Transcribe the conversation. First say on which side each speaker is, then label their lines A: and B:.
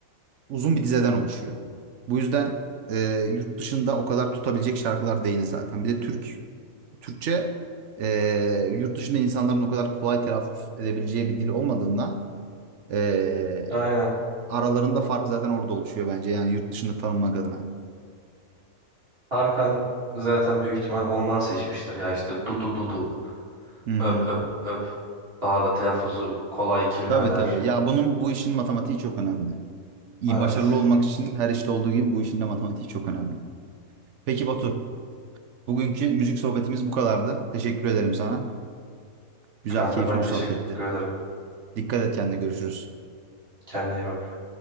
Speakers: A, on the right; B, on the right.
A: uzun bir dizeden oluşuyor. Bu yüzden e, yurt dışında o kadar tutabilecek şarkılar değil zaten. Bir de Türk Türkçe e, yurt dışında insanların o kadar kolay telaffuz edebileceği bir dil olmadığından e,
B: Aynen.
A: aralarında fark zaten orada oluşuyor bence yani yurt dışında tanınmak adına.
B: Tarkan zaten büyük ihtimal ondan seçmiştir ya işte Dudu Dudu.
A: Hı hı.
B: Öp öp öp. Daha da telaffuzu kolay kelimeler.
A: Tabii tabii. Ya bunun bu işin matematiği çok önemli. İyi
B: Evet.
A: başarılı olmak için her işte olduğu gibi bu işin de matematiği çok önemli. Peki Batu, bugünkü müzik sohbetimiz bu kadardı. Teşekkür ederim sana. Güzel,
B: Kanka
A: keyifli
B: ben
A: bir
B: teşekkür
A: sohbetti.
B: ederim.
A: Dikkat et kendine, görüşürüz.
B: Kendine iyi bak.